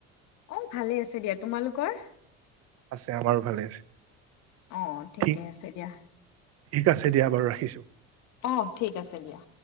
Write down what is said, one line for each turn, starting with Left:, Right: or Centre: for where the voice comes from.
Left: অ ভালে আছে দিয়া তোমালোকৰ
Right: আছে আমাৰো ভালে আছে
Left: আহ ঠিকে
Right: ঠিক
Left: আছে দিয়া
Right: ঠিক আছে দিয়া বাৰু ৰাখিছো
Left: অ ঠিক আছে দিয়া